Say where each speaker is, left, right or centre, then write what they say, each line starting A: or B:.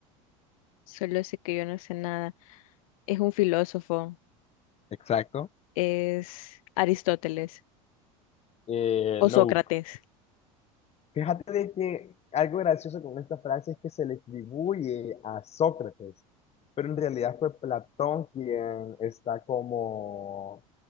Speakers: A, on the left; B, on the left.
A: Solo sé que yo no sé nada. Es un filósofo,
B: Exacto.
A: es Aristóteles
B: Eh,
A: o
B: no.
A: Sócrates.
B: Fíjate de que algo gracioso con esta frase es que se le atribuye a Sócrates, pero en realidad fue Platón quien está como